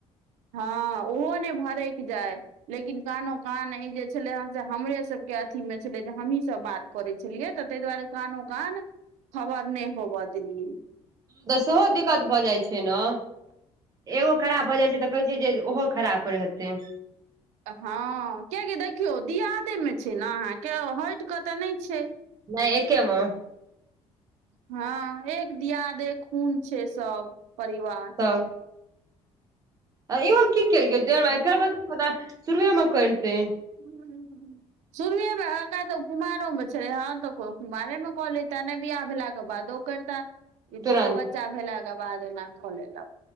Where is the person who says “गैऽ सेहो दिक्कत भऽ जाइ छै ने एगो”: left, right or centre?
Right